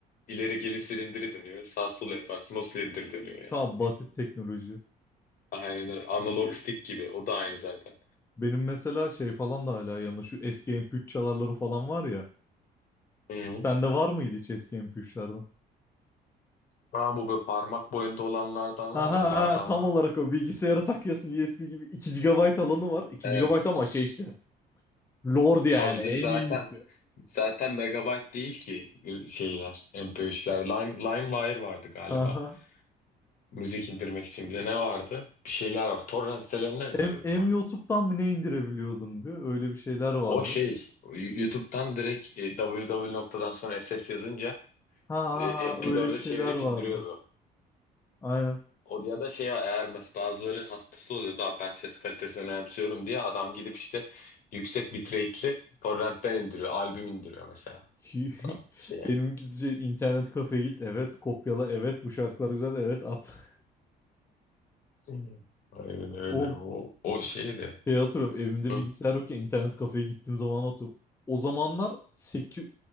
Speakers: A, on the left; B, on the left.
A: ileri geri silindiri dönüyor. Sağ sol yaparsın o silindir dönüyor yani.
B: Tamam basit teknoloji.
A: Aynen öyle. Analog
B: Ge-
A: stick gibi. O da aynı zaten.
B: Benim mesela şey falan da hala yanımda. Şu eski MP3 çalarları falan var ya.
A: Hı. hı.
B: Sende var mıydı hiç eski MP3'lerden?
A: Ha, bu böyle parmak boyunda olanlardan
B: Ha
A: var
B: ha
A: ya onlardan
B: ha tam
A: vardı.
B: olarak o bilgisayara takıyorsun USB gibi 2 gigabayt alanı var. iki
A: Evet.
B: gigabayt ama şey işte. Lord yani
A: Tabii
B: en
A: canım zaten
B: iyisi.
A: zaten megabyte değil ki şeyler MP3'ler. Lime, LimeWire vardı galiba.
B: Aha.
A: Müzik indirmek için bir de ne vardı? Bir şeyler var. Torrent sitelerinden indiriyordum
B: M M YouTube'dan mı ne indirebiliyordun bir? Öyle bir şeyler vardı.
A: O şey YouTube'dan direkt e, www noktadan sonra SS yazınca
B: Ha ha
A: e,
B: ha
A: MP4'e
B: öyle bir şeyler
A: çevirip
B: vardı.
A: indiriyordu.
B: Aynen.
A: O ya da şey eğer mes bazıları hastası oluyordu abi ben ses kalitesini önemsiyorum diye adam gidip işte yüksek bitrate'li torrentten indiriyor. Albüm indiriyor mesela.
B: Ki- <laughs>
A: Adam şeye.
B: Benimkisi şey internet kafeye git evet kopyala evet bu şarkılar güzel evet at. <laughs>
A: <laughs> Aynen öyle.
B: O
A: O, o şeydi.
B: şey hatırlıyorum evimde
A: Hı.
B: bilgisayar yok ya internet kafeye gittiğim zaman atıyorum. O zamanlar 8,